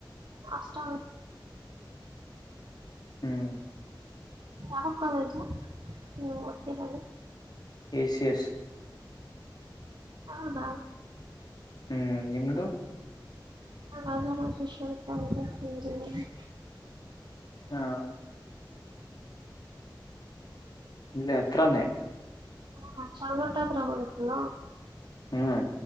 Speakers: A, on the right (about 65°); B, on the left (about 55°).
A: ಹಾಸ್ಟೆಲ್
B: ಹ್ಮ್
A: ಯಾವ ಕಾಲೇಜ ಹ್ಮ ಓದ್ತರೋದು
B: ಎಸಿಯಸ್
A: ಹೌದ
B: ಹ್ಮ್ ನಿಮ್ದು?
A: Rajarajeshwari college of engineering.
B: ಹಾ ಇಲ್ಲ ಅತ್ರಾನೇ,
A: ಹ ಚಂಗಟಾದರ ಹತ್ರ,
B: ಹ್ಮ್